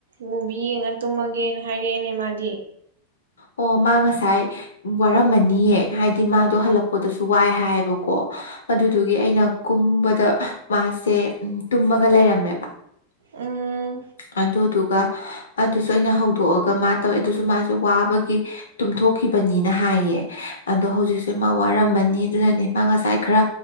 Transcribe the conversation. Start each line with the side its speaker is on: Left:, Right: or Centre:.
Right: ꯃꯨꯚꯤ ꯌꯦꯡꯉ ꯇꯨꯝꯃꯒꯦꯅ ꯍꯥꯏꯔꯛꯑꯦꯅꯦ ꯃꯥꯗꯤ
Left: ꯑꯣ ꯃꯥꯡ ꯉꯁꯥꯏ ꯎꯝ ꯋꯥꯔꯝꯃꯅꯤꯌꯦ ꯍꯥꯏꯗꯤ ꯃꯥꯗꯣ ꯍꯜꯂꯛꯄꯗꯁꯨ ꯋꯥꯏ ꯍꯥꯏꯌꯦꯕꯀꯣ ꯑꯗꯨꯗꯨꯒꯤ ꯑꯩꯅ ꯀꯨꯝꯕꯗ ꯃꯥꯁꯦ ꯇꯨꯝꯃꯒ ꯂꯩꯔꯝꯃꯦꯕ
Right: ꯑꯥ
Left: ꯑꯗꯨꯗꯨꯒ ꯑꯗꯨꯁꯨ ꯑꯩꯅ ꯍꯧꯗꯣꯛꯑꯒ ꯃꯥ ꯇꯧꯋꯦ ꯑꯗꯨꯁꯨ ꯃꯥꯁꯦ ꯋꯥꯕꯒꯤ ꯇꯨꯝꯊꯣꯛꯈꯤꯕꯅꯤꯅ ꯍꯥꯏꯌꯦ ꯑꯗꯣ ꯍꯧꯖꯤꯛꯁꯦ ꯃꯥ ꯋꯥꯔꯝꯃꯅꯤ ꯑꯗꯨꯅꯅꯦ ꯃꯥ ꯉꯁꯥꯏ ꯈꯔ